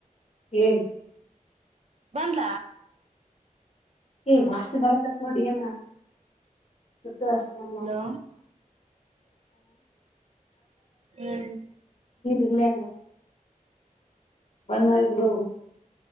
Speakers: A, on the left (about 50°); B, on the right (about 50°).
A: ಏನ್
B: ಬಂದ್ಲ
A: ಏ ವಾಸನೆ ಬರತ್ತತ್ ನೋಡಿ ಏನ ಸುಟ್ಟು ವಾಸನೆ ಅಲ್ಲ
B: ಹಲೋ ಹೇಳ್ರಿ
A: ಇನ್ನೇನು ಬಂದ್ ಮಾಡಿಬಿಡು